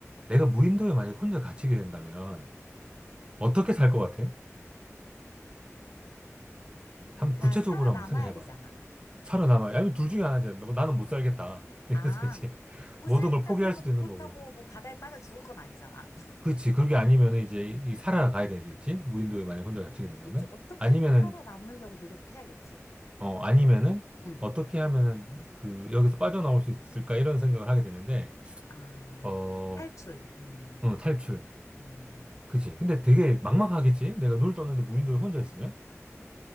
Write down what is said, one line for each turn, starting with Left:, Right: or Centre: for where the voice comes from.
Right: 내가 무인도에 만약에 혼자 갇히게 된다면
Left: 응.
Right: 어떻게 살 것 같아? 한번
Left: 그러니까
Right: 구체적으로
Left: 살아남아야
Right: 한번 생각해봐.
Left: 되잖아.
Right: 살아남아. 아니면 둘 중에 하나지. 너, 나는 못 살겠다. <laughs> 그래서
Left: 아,
Right: 이제
Left: 못
Right: 모든
Left: 살겠다
Right: 걸 포기할
Left: 그러면
Right: 수도 있는
Left: 뭐 그렇다고
Right: 거고.
Left: 뭐 바다에 빠져 죽을 건 아니잖아. <laughs>
Right: 그렇지. 그게 아니면 이제 이, 이 살아가야 되겠지. 무인도에 만약에 혼자 갇히게 된다면.
Left: 그치, 어떻게든
Right: 아니면은,
Left: 살아남으려고 노력해야겠지.
Right: 어, 아니면은
Left: 응.
Right: 어떻게 하면은 그 여기서 빠져나올 수 있을까? 이런 생각을 하게 되는데,
Left: 아,
Right: 어,
Left: 탈출. 음,
Right: 응, 탈출.
Left: 음.
Right: 그치. 근데 되게 막막하겠지? 내가 눈을 떴는데 무인도에 혼자 있으면?